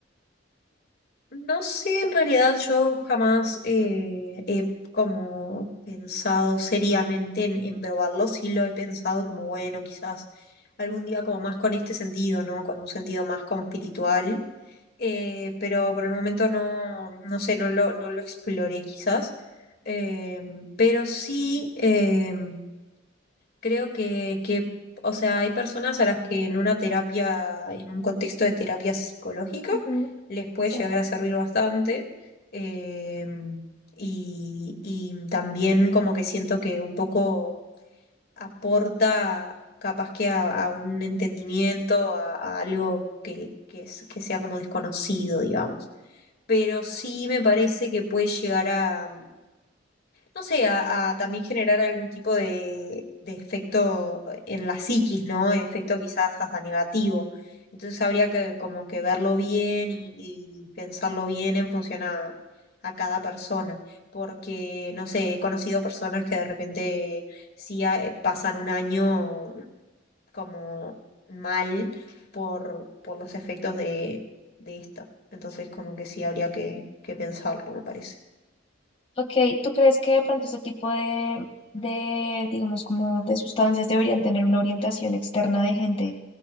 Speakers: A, on the left; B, on the left.
A: No sé, en realidad yo jamás eh, he como pensado seriamente en, en probarlo, sí lo he pensado como, bueno, quizás algún día como más con este sentido, ¿no? Con un sentido más como espiritual, eh, pero por el momento no, no sé, no lo, no lo exploré quizás, Eh, pero sí... eh, Creo que, que, o sea, hay personas a las que en una terapia, en un contexto de terapia psicológica,
B: Ujú,
A: les puede
B: sí.
A: llegar a servir bastante. eh, y, y también como que siento que un poco aporta capaz que a, a un entendimiento, a, a algo que, que, es- que sea como desconocido, digamos. Pero sí me parece que puede llegar no sé, a, a también generar algún tipo de, de efecto en la psiquis, ¿no? Efecto quizás hasta negativo. Entonces habría que como que verlo bien y, y pensarlo bien en función a, a cada persona, porque, no sé, he conocido personas que de repente sí a- eh, pasan un año como mal por, por los efectos de, de esto. Entonces como que sí habría que, que pensarlo, me parece.
B: Ok, ¿tú crees que de pronto este tipo de, de, digamos, como de sustancias deberían tener una orientación externa de gente